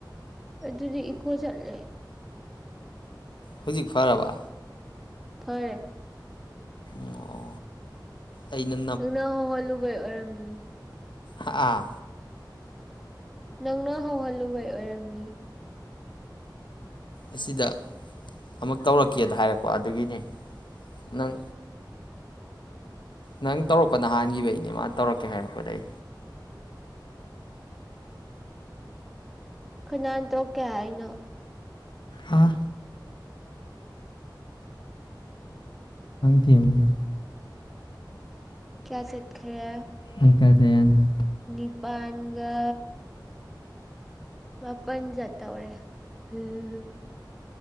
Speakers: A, in the centre; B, on the left.
A: ꯑꯗꯨꯗꯤ ꯏꯀꯣ ꯆꯠꯂꯦ
B: ꯍꯧꯖꯤꯛ ꯐꯔꯕꯥ
A: ꯐꯔꯦ
B: ꯑꯣ ꯑꯩꯅ
A: ꯅꯪꯅ ꯍꯣꯜꯂꯨꯕꯩ ꯑꯣꯏꯔꯝꯅꯤ
B: ꯑ ꯑꯥ
A: ꯅꯪꯅ ꯍꯧꯍꯜꯂꯨꯕꯩ ꯑꯣꯏꯔꯝꯅꯤ
B: ꯑꯁꯤꯗ ꯑꯃꯨꯛ ꯇꯧꯔꯛꯀꯦꯗ ꯍꯥꯏꯔꯛꯄ ꯑꯗꯨꯒꯤꯅꯤ ꯅꯪ ꯅꯪ ꯇꯧꯔꯛꯄ ꯅꯍꯥꯟꯈꯤꯕꯒꯤꯅꯦ ꯃꯥ ꯇꯧꯔꯛꯀꯦ ꯍꯥꯏꯔꯛꯄꯗꯩ
A: ꯈꯅꯥꯅ ꯇ ꯀꯌꯥꯅ
B: ꯑ ꯗꯤꯦꯝꯒꯤ
A: ꯀꯌꯥ ꯆꯠꯈ꯭ꯔꯦ
B: ꯑꯪꯀꯔꯗꯌꯥꯅ
A: ꯅꯤꯄꯥꯥꯟꯒ ꯃꯥꯄꯟ ꯆꯥ ꯑꯣꯔꯦ ꯍꯝ